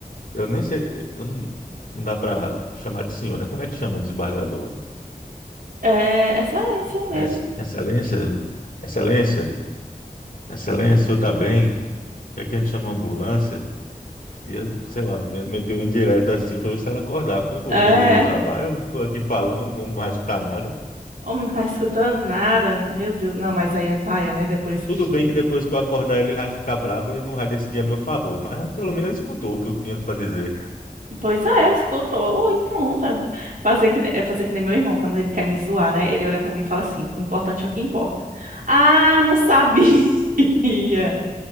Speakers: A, on the left; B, on the right.
A: Eu nem sei, eu não não dá para chamar de senhor, né? Como é que chama um desembargador?
B: É excelência mesmo.
A: É ex- excelência? Excelência? Excelência, o senhor tá bem? É que a gente chama ambulância? E eu, sei lá, me- meteu um indireto assim para ver se ela acordava. Eu vou
B: É,
A: perder meu trabalho, eu tô aqui falando, não, não vai escutar nada.
B: homem, não tá escutando nada. Meu Deus, não, mas aí é paia, né? Depois.
A: Tudo bem que depois que eu acordar ele, ele vai ficar brabo e não vai decidir a meu favor, mas pelo menos ele escutou o que eu tinha para dizer.
B: Pois é, escutou e pronto. É fazer que, ne- é fazer que nem meu irmão, quando ele quer me zoar, né? Ele olha pra mim e fala assim: o importante é o que importa. Ah, não sabia. <laughs>